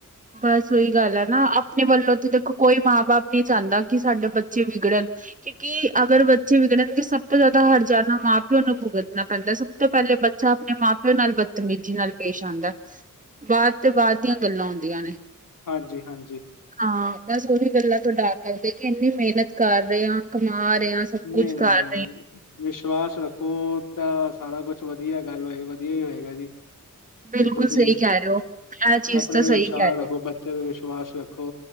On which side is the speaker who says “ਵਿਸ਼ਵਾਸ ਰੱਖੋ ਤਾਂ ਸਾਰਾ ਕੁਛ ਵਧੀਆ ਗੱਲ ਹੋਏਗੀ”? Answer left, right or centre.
Left